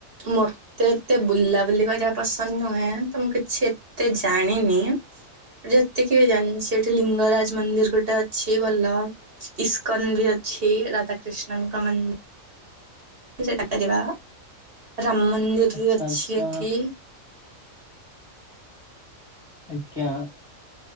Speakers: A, on the right; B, on the left.
A: ମୋର୍ ମତେ ଏତେ ବୁଲାବୁଲି କରିବା ପସନ୍ଦ୍ ନୁହେଁ ତ ମୁଁ କିଛି ଏତେ ଜାଣିନି ଯେତିକି ବି ଜାଣ୍ଚି ଏଠି ଲିଙ୍ଗରାଜ୍ ମନ୍ଦିର୍ ଗୁଇଟା ଅଛି ଭଲ ଇସ୍କନ୍ ବି ଅଛି ରାଧାକୃଷ୍ଣଙ୍କ ମନ୍ ସେଇଟା କରିବା ରାମ୍ ମନ୍ଦିର୍
B: ଆଚ୍ଛା
A: ବି ଅଛି
B: ଆଚ୍ଛା
A: ଏଠି
B: ଆଜ୍ଞା।